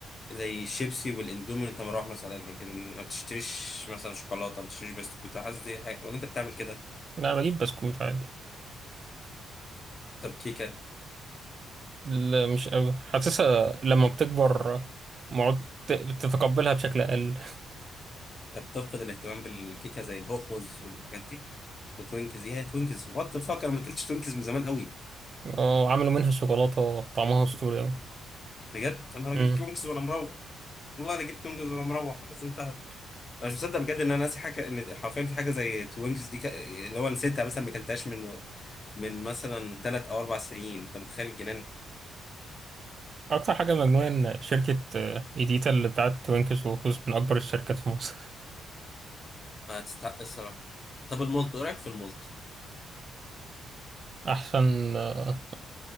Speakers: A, on the left; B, on the right.
A: زي الشيبسي والاندومي وانت مروح مثلا لكن ما بتشتريش مثلا شوكولاته ما بتشتريش بسكوت حاسس دي حاجه ولا انت بتعمل كده
B: لا أنا بجيب بسكوت عادي
A: طب كيكه
B: لا مش قوي حاسسها لما بتكبر معد ت- بتتقبلها بشكل أقل
A: طب تفقد الاهتمام بالكيكه زي الهوخوز والحاجات دي وتوينكز ايه هي توينكز وات ذا فاك انا ما اكلتش توينكز من زمان قوي
B: اه عملوا منها شوكولاتة طعمها أسطوري أوي
A: بجد انا
B: أمم.
A: جبت توينكز وانا مروح والله انا جبت توينكز وانا مروح خلاص انتهت انا مش مصدق بجد ان انا ناسي حاجه ان حرفيا في حاجه زي توينكس دي ك... اللي هو نسيتها مثلا ما اكلتهاش من من مثلا ثلاث او اربع سنين انت متخيل الجنان
B: أكتر حاجة مجنونة إن شركة آه، إيديتا اللي بتاعت توينكس وهوز من أكبر الشركات في مصر
A: ما تستحق الصراحه طب المولت ايه رايك في المولت
B: <laughs> أحسن آه،